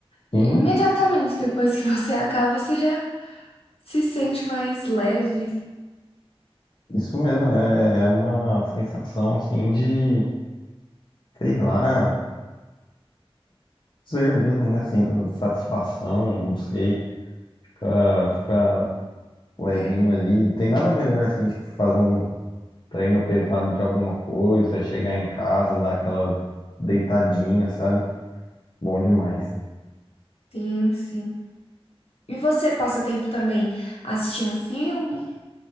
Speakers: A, on the left; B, on the left.
A: Sim,
B: E imediatamente depois que você <laughs> acaba, você já se sente mais leve.
A: isso mesmo. É, é uma sensação, assim, de, sei lá. Ser mesmo, né? Assim, satisfação, não sei. Ficar, ficar levinho
B: É,
A: ali. Tem nada melhor assim de que fazer um treino pesado de alguma coisa, chegar em casa, dar aquela deitadinha, sabe? Bom demais.
B: sim, sim. E você passa tempo também assistindo filme?